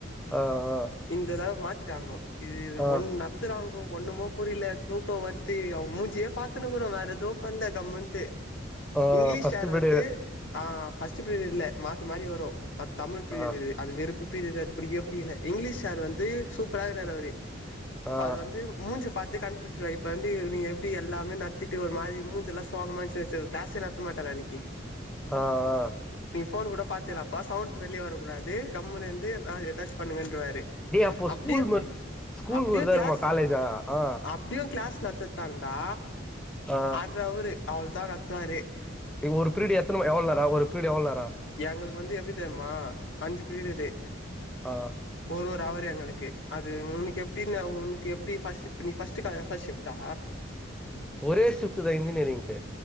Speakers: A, in the centre; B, on the left (about 70°).
A: ஆ ஆ
B: இந்ததாவ மாத்திட்டாங்கோ இது
A: ஆ
B: ஒன்னு நத்துறாங்கோ ஒண்ணுமோ புரியல தூக்கம் வருது அவ மூஞ்சியே பாத்துன்னனுக்குறோ வேற எதுவும் பண்ணல கம்மென்ட்டூ
A: ஆ
B: இங்கிலீஷ்
A: ஃபர்ஸ்ட்
B: சார்
A: பீரியடு
B: வந்து ஆ ஃபஸ்ட்ரியர் இல்ல மாற்ற மாி வரும் அது தமிழ் பிரீரியடருது
A: ஆ
B: அது வெறுப்பு பிரரியர் அது பிடிக்கவே பிடிக்கல இங்கிலீஷ் சார் வந்து சூப்பர்ரா இருக்ககுறாரூ அவரு
A: ஆ
B: அவரு வந்து மூஞ்ச பாத்து கண்டுபுடிச்ச இப்ப வந்து நீ எப்படி எல்லாமே நத்திட்டு ஒரு மாரி மூஞ்சல்ல சோக <unintelligible> கிளாஸ்ஏ நத்த மாட்டாரு அன்னிக்கி
A: ஆ ஆ
B: நீங்க போன் கூட பாத்துலாப்பா சவுண்ட் வெளிய வரக்கூடாது கம்முன்னு இருந்து ஆ எதாவது பண்ணுங்க இட்ருவாரு
A: டேய் அப்போ
B: அப்படியும்
A: ஸ்கூல் மட் ஸ்கூல்
B: அப்படியும்
A: மாரிதா
B: கிளாஸ்
A: இருக்குமா காலேஜா ஆ
B: அப்படியும் கிளாஸ் நத்த தந்தா இருந்தா
A: ஆ
B: அர்ரு அவரு அவலதா நத்துவாரு
A: ஒரு பீரியட் எத்த எவளோரா ஒரு பீரீடு எவ்ள நேர
B: எங்களுக்கு வந்து எப்படித்தமா அஞ்சு பீரிடுடு
A: ஆ
B: ஒரு ஒரு அவர் எங்களுக்கு அது உனக்கு எப்பின்னு உனக்கு எப்படி ஃபர்ஸ்ட் நீ ஃபஸ்டு ஃபர்ஸ்ட் ஷிஃப்டா
A: ஒரே சிப்ட் தான் இன்ஜினியரிங்க்கு